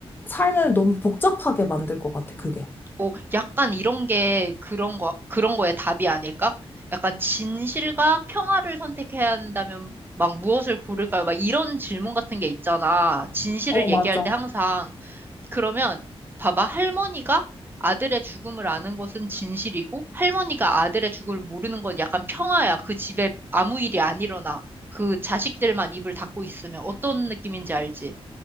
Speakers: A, on the left; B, on the right.
A: 삶을 너무 복잡하게 만들 것 같아, 그게.
B: 어. 약간 이런 게 그런 거 그런 거에 답이 아닐까? 약간 진실과 평화를 선택해야 한다면 막 무엇을 고를까요? 막 이런 질문 같은 게 있잖아. 진실을
A: 어,
B: 얘기할
A: 맞아.
B: 때 항상 그러면 봐봐. 할머니가 아들의 죽음을 아는 것은 진실이고 할머니가 아들의 죽음을 모르는 건 약간 평화야. 그 집에 아무 일이 안 일어나. 그 자식들만 입을 닫고 있으면 어떤 느낌인지 알지?